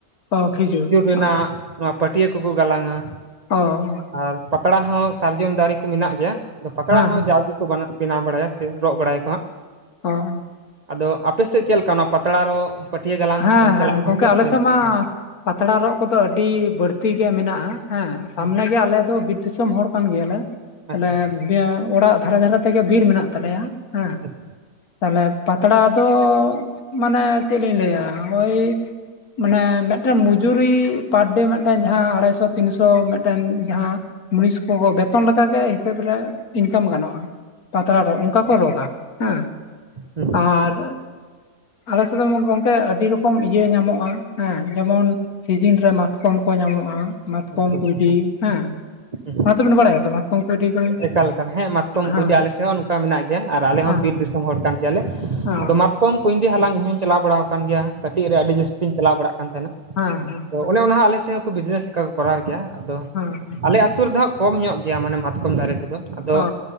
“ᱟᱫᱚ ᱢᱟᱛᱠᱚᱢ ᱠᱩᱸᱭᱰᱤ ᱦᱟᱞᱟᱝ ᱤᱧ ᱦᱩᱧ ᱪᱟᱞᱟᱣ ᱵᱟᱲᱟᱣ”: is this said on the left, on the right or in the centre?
Right